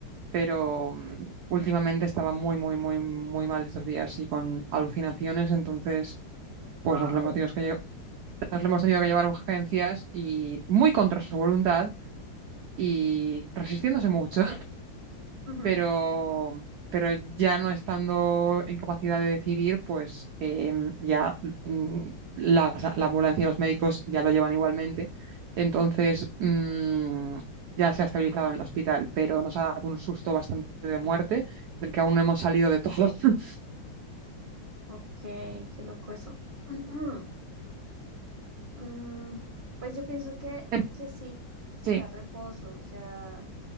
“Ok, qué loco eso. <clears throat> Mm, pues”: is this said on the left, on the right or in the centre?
Right